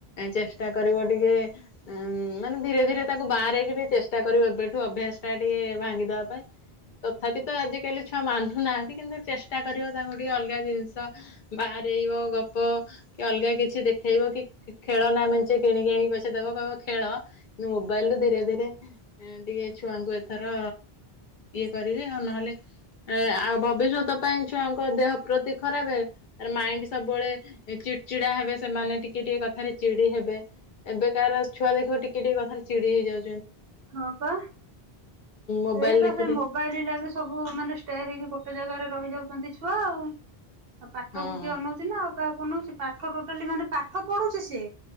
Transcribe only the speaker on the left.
ଚେଷ୍ଟା କରିବ ଟିକେ ମାନେ ଧୀରେ ଧୀରେ ତାଙ୍କୁ ବାହାରଇକି ଟ ଚେଷ୍ଟା କରିବୁ ଏବେଠୁ ଅଭ୍ୟାସ ଟା ଟିକେ ଭାଙ୍ଗିଦବା ପାଇଁ। ତଥାପି ତ ଆଜିକାଲି ଛୁଆ ମାନୁନାହାନ୍ତି। କିନ୍ତୁ ଚେଷ୍ଟା କରିବ ତାଙ୍କୁ ଟିକେ ଅଲଗା ଜିନିଷ ବାହାରଇବ ଗପ କି ଅଲଗା କିଛି ଦେଖେଇବ କି ଖେଳ ନା ମେଞ୍ଚେ କିଣିକି ଆଣିକି ପଛେ ଦବ କହିବ ଖେଳ, କି ବଲୁ ଧୀରେ ଧୀରେ ଏ ଟିକେ ଛୁଆଙ୍କୁ ଏଥର ଇଏ କରିବେ ଆଉ ନହେଲେ ଏ ଆଉ ଭବିଷ୍ୟତ ପାଇଁ ଛୁଆଙ୍କ ଦେହ ପ୍ରତି ଖରାପ ମାଇଣ୍ଡ ସବୁବେଳେ ଚିଡ ଚିଡା ହେବେ ସେମାନେ ଟିକେ ଟିକେ କଥାରେ ଚିଡି ହେବେ ଏବେକାର ଛୁଆ ଦେଖିବ ଟିକେ ଟିକେ କଥା ଚିଡି ହେଇଯାଉ
ମୋବାଇଲ
ଦେଖି
ଦେଖି
ହଁ